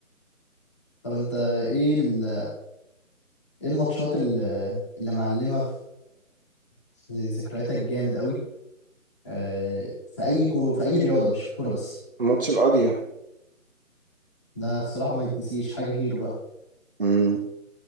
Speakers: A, on the left; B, on the right.
A: طب انت ايه ال... ايه الماتشات ال- اللي معلمه في في ذكرياتك جامد قوي آه، في اي كور... في اي رياضه مش في الكوره بس
B: ماتش القاضية
A: ده بصراحه ما يتنسيش حاجه غيره بقى
B: امم